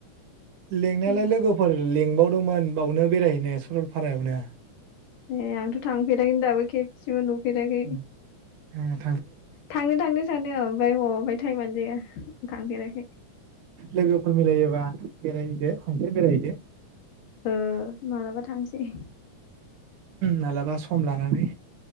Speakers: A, on the right; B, on the left.
A: लेंनायालाय
B: उम
A: लोगोफोर लेंबाव दंमोन बावनो बेरायहैनो सरलपारायावनो।
B: ए आंथ' थांफेरलााखै दाबो खेबसेबो नु फेराखै।
A: ओ <inaudible>
B: थांनो थांनो सानो औ ओमफ्राय ह टाइमानो जाया थांफेराखै।
A: लोगोफोर मिलायोबा बेरायहैदो। खनसे बेरायहैदो
B: ओ मालाबा थांनोसै। <unintelligible>
A: माबलाबा सम लानानै।